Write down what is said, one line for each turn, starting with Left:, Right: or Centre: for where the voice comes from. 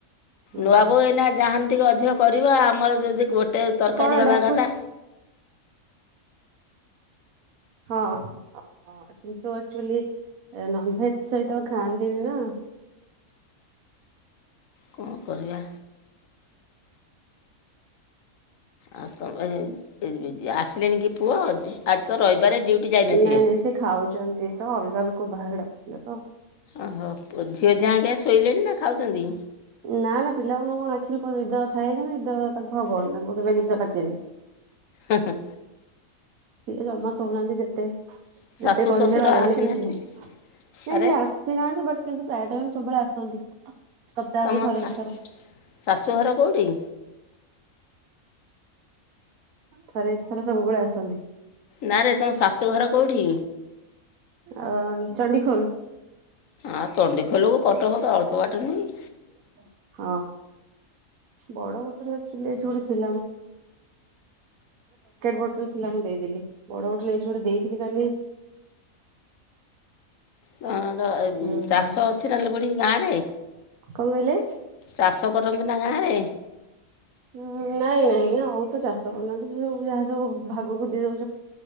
Right: ହୁଁ
Left: ନୂଆବୋହୁ
Right: ହୁଁ
Left: ଏନା ଯାହାନ୍ତିକି ଅଧିକ କରିବା ଆମର ଯଦି ଗୋଟେ ତରକାରୀ
Right: କଣ
Left: ହେବା
Right: ଡାକୁଚ
Left: କଥା
Right: ହଁ। ହଁ କିନ୍ତୁ ଆଚୁଆଲି ନନଭେଜ ସହିତ ଖାଆନ୍ତିନି ନା। <inaudible>
Left: କ'ଣ କରିବା ଆ ତମେ ଏମିତି ଆସିଲେଣି କି ପୁଅ ଆଜି ତ ରହିବାରେ ଡ୍ୟୁଟି ଯାଇନଥିବେ।
Right: ନାଇଁ ନାଇଁ ସେ ଖାଉଛନ୍ତି ତ ଅଲଗା ଲୋକ ବାହାର ଡାକୁଥିଲେ ତ।
Left: ଓହୋ ପୁଝିଅଝି ଆଜ୍ଞା ଶୋଇଲେଣି ନା ଖାଉଛନ୍ତି।
Right: ନା ନା ପିଲାମାନଙ୍କୁ କଣ ଆଖିରୁ କଣ ନିଦ ଥାଏଇ ଯେ ନିଦ ତାଙ୍କୁ ହବନ ତାଙ୍କୁ କେବେ ନିଦ ଲାଗେନି।
Left: ହୁଁ, ହୁଁ।
Right: ସିଏ ଜମାଶଉନାହାନ୍ତି ଯେତେ
Left: ଶାଶୁ
Right: ଯେତେ କହିଲେ
Left: ଶ୍ୱଶୁର
Right: ବାଡେଇଲେ
Left: ଆସିନାହାନ୍ତି
Right: କିଛି ନାହିଁ। ନାଇଁ
Left: ଆରେ
Right: ସେଇ ଆସିନାହାନ୍ତି ବଟ୍ କିନ୍ତୁ ପ୍ରାୟ ଟାଇମ ସବୁବେଳେ ଆସନ୍ତି। ସପ୍ତାହକୁ
Left: ତମ
Right: ଥରେ
Left: ଷା
Right: ଦିଥର।
Left: ଶାଶୁଘର କଉଠି?
Right: ଥରେ ଥରେ ସବୁବେଳେ ଆସନ୍ତି।
Left: ନାରେ ତୁମ ଶାଶୁଘର କଉଠି?
Right: ଅ ଚଣ୍ଡିଖୋଲ।
Left: ଆଁ ଚଣ୍ଡି ଖୋଲକୁ କଟକ ଅଳ୍ପ ବାଟ ନୁହେଁ।
Right: <unintelligible> ଗୋଟେ ପ୍ୟାକେଟ ବୋଟଲ ଥିଲା ମୁଁ ଦେଇଦେଲି ବଡ ବୋଟଲଇ ଗୋଟେ ଦେଇଥିଲି କାଁ
Left: ହର
Right: ହୁଁ ହୁଁ
Left: ଚାଷ ଅଛି ନହେଲେ ବୁଢ଼ୀ ଗାଁରେ।
Right: କଣ କହିଲେ
Left: ଚାଷ କରନ୍ତି ନା ଗାଁରେ।
Right: ହଁ ନାଇଁ ନାଇଁ ଆଉ ତ ଚାଷ କରୁନାହାନ୍ତି ସେ ସବୁ ଯାହା ସବୁ ଭାଗକୁ ଦେ ଦଉ